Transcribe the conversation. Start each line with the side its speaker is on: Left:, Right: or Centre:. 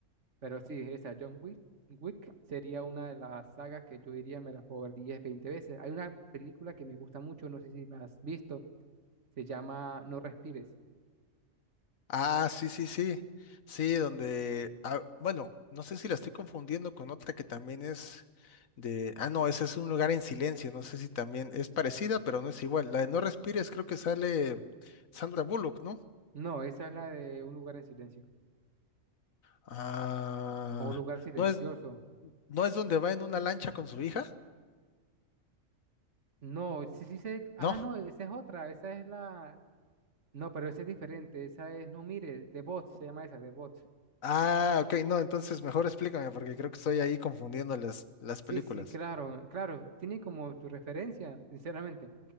Right: pero sí, esa John Wick, Wick sería una de las sagas que yo diría me las puedo ver 10, 20 veces. Hay una película que me gusta mucho, no sé si la has visto, Se llama No respires.
Left: Ah, sí, sí, sí. Sí, donde. ah, bueno, no sé si la estoy confundiendo con otra que también es de. Ah, no, ese es un lugar en silencio. No sé si también es parecida, pero no es igual. La de No Respires, creo que sale Sandra Bullock, ¿no?
Right: No, esa es la de Un lugar en silencio.
Left: Ah.
Right: O Un lugar silencioso.
Left: No es, no es donde va en una lancha con su hija,
Right: No, sí, sí sé. Ah,
Left: ¿no?
Right: no, esa es otra. Esa es la. No, pero esa es diferente. Esa es No mires, de Bots, se llama esa, de Bots.
Left: Ah, ok, no, entonces mejor explícame, porque creo que estoy ahí confundiendo las, las
Right: Sí,
Left: películas.
Right: sí, claro, claro. Tiene como su referencia, sinceramente.